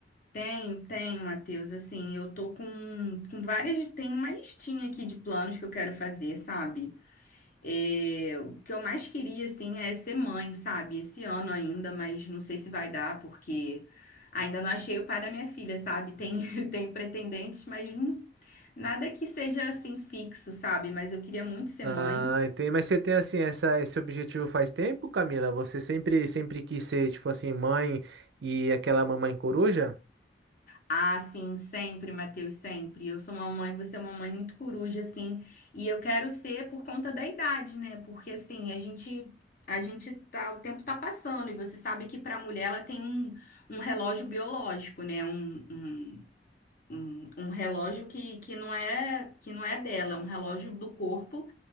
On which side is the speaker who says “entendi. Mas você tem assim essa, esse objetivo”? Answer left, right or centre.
Right